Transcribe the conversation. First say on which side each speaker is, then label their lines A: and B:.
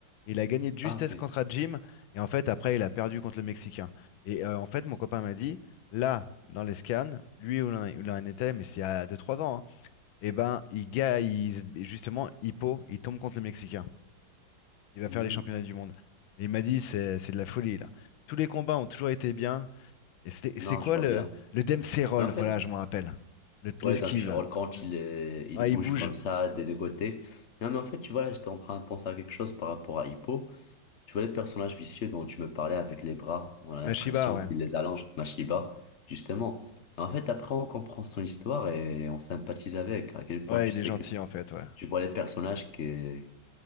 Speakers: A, on the left; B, on the left.
A: Et il a gagné de justesse
B: Ah, ok.
A: contre Jim. Et en fait, après, il a perdu contre le Mexicain. Et euh, en fait, mon copain m'a dit, là, dans les scans, lui où l'un- où il en était, mais c'est il y a 2-3 ans, hein, et ben, il, ga- il, se- justement, Hippo, il tombe contre le Mexicain. Il va
B: Hmm.
A: faire les championnats du monde. Et il m'a dit, c'est c'est de la folie, là. Tous les combats ont toujours été bien. Et c'était
B: Non,
A: c'est quoi
B: je vois
A: le,
B: bien.
A: le Dempsey Roll,
B: Mais en fait,
A: voilà, je m'en rappelle. Le l'esquive,
B: Ouais, d'un petit
A: là.
B: roll quand
A: Le-
B: il, est- il
A: Ouais,
B: bouge
A: il bouge.
B: comme ça des deux côtés. Non, mais en fait, tu vois, j'étais en train de penser à quelque chose par rapport à Hippo. Tu vois, les personnages vicieux dont tu me parlais avec les bras, on a l'impression
A: Mashiba, ouais.
B: qu'il les allonge, Mashiba, justement. Et en fait, après, on comprend son histoire et on sympathise avec. À quel
A: Ouais,
B: point tu
A: il
B: sais
A: est gentil,
B: que
A: en fait, ouais.
B: tu vois les personnages qui,